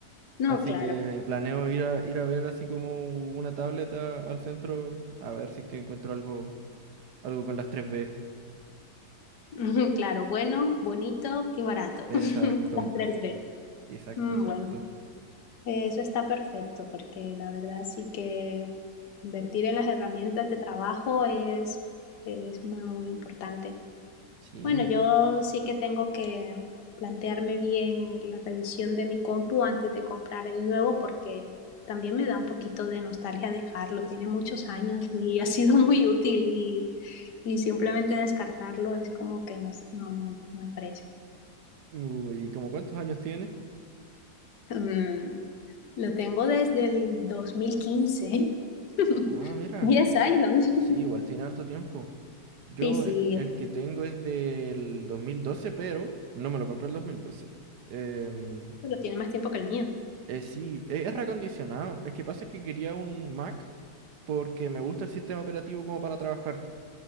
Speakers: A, on the left; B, on the right.
A: No,
B: Así
A: claro,
B: que planeo ir a, ir a ver así como una tableta al centro, a ver si es que encuentro algo, algo con las tres b
A: <laughs> Claro, bueno, bonito y barato.
B: Exacto,
A: <laughs> Las tres B.
B: exacto,
A: Mm,
B: exacto.
A: Bueno, eh, eso está perfecto porque la verdad sí que invertir en las herramientas de trabajo es, es muy, muy importante.
B: Sí.
A: Bueno, yo sí que tengo que plantearme bien la revisión de mi compu antes de comprar el nuevo porque también me da un poquito de nostalgia dejarlo. Tiene muchos años y ha sido <laughs> muy útil y, y simplemente descartarlo es como que no, no, no me no me parece.
B: Uy, ¿y como cuántos años tiene?
A: Mm, lo tengo desde el 2015 <laughs>
B: Ah, mira.
A: 10 años.
B: Sí, igual tiene harto tiempo. Yo
A: Sí, sí,
B: eh, el que tengo es del 2012, pero no me lo compré el 2012. Em,
A: pero tiene más tiempo que el mío.
B: eh, sí, e- es reacondicionado. Es que pasa que quería un Mac porque me gusta el sistema operativo como para trabajar.